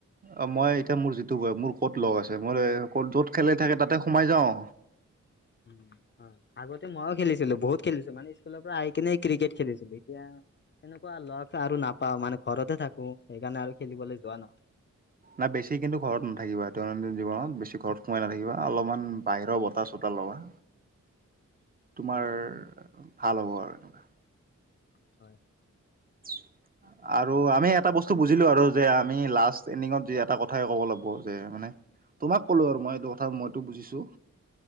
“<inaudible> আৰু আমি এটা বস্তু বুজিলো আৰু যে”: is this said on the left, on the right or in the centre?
Right